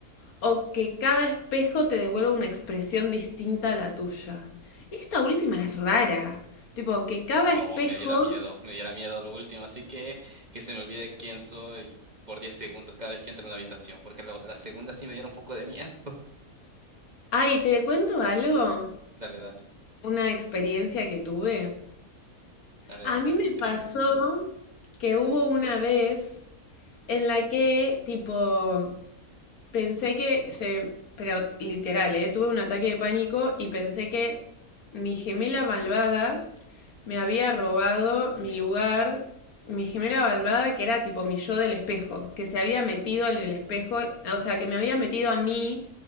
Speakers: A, on the left (about 80°); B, on the right (about 30°).
A: o que cada espejo te devuelva una expresión distinta a la tuya. Esta última es rara. Tipo, que cada
B: No,
A: espejo...
B: me diera miedo, me diera miedo lo último, así que que se me olvide quién soy por 10 segundos cada vez que entro a una habitación, porque la, la segunda sí me diera un poco de miedo. <laughs>
A: Ay, ¿te cuento algo?
B: Dale, dale,
A: Una experiencia que tuve.
B: dale,
A: A
B: dale,
A: mí
B: me,
A: me
B: me intriga.
A: pasó que hubo una vez en la que, tipo, pensé que se... Pero literal, ¿eh? Tuve un ataque de pánico y pensé que mi gemela malvada me había robado mi lugar, mi gemela malvada, que era tipo mi yo del espejo, que se había metido en el espejo, o sea, que me había metido a mí